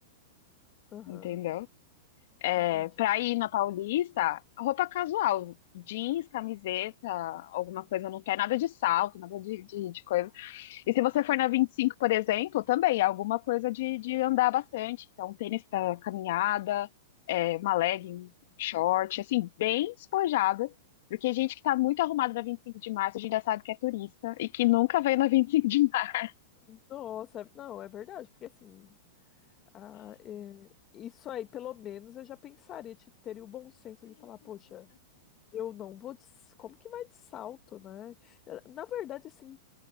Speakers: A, on the left; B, on the left.
A: <laughs> Aham,
B: entendeu? É,
A: entendi.
B: pra ir na Paulista, roupa casual, jeans, camiseta, alguma coisa no pé, nada de salto, nada de, de, de coisa E se você for na 25, por exemplo, também é alguma coisa de, de andar bastante. Então, tênis para caminhada, é, uma legging, um short, assim, bem despojada. Porque gente que tá muito arrumada na 25 de março, a gente já sabe que é turista e que nunca veio na vinte e cinco de março.
A: Nossa, é- não, é verdade, porque assim. Ah, é, isso aí, pelo menos eu já pensaria, te- teria o bom senso de falar, poxa, eu não vou de, s- como que vai de salto, né? Eh, Na verdade, assim,